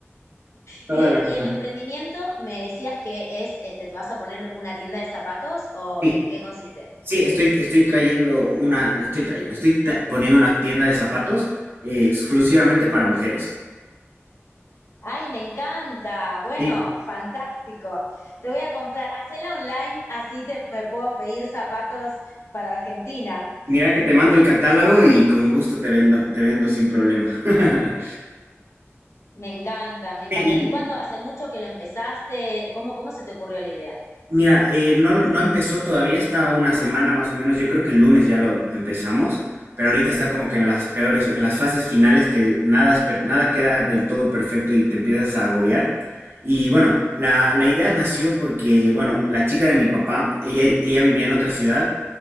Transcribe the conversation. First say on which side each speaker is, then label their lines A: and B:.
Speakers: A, on the left; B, on the right.
A: Y,
B: Toda
A: de,
B: la razón.
A: y el emprendimiento, me decías que es, eh, te vas a poner una tienda de zapatos o
B: Sí,
A: en qué consiste.
B: Sí, estoy, estoy trayendo una, estoy trayendo, estoy ta- poniendo una tienda de zapatos eh, exclusivamente para mujeres.
A: Ay, me encanta. Bueno,
B: Sí,
A: fantástico. Te voy a comprar. Hacela online, así te, me puedo pedir zapatos para Argentina.
B: mira que te mando el catálogo y con gusto te vendo, te vendo sin problema. <laughs>
A: Me encanta, me encantan.
B: Eh, Y,
A: ¿Y cuándo? ¿Hace mucho que lo empezaste? ¿Cómo, cómo se te ocurrió la idea?
B: Mira, eh, no, no empezó todavía, está una semana más o menos. Yo creo que el lunes ya lo empezamos, pero ahorita está como que en las peores, en las fases finales que nada, es per- nada queda del todo perfecto y te empiezas a agobiar. Y bueno, la, la idea nació porque, bueno, la chica de mi papá, ella, ella vivía en otra ciudad